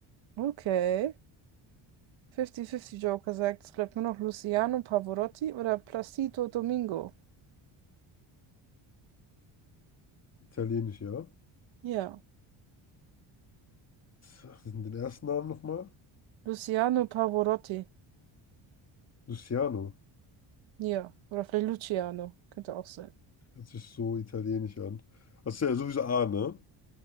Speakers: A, on the right; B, on the left.
A: Okay. 50-50 Joker sagt, es bleibt nur noch Luciano Pavarotti oder Placido Domingo.
B: Italienisch, ja.
A: Ja,
B: Was ist denn den ersten Namen nochmal?
A: Luciano Pavarotti.
B: Luciano.
A: Ja, oder vielleicht Luciano. Könnte auch sein.
B: Hört sich so italienisch an. Das ist ja sowieso A, ne?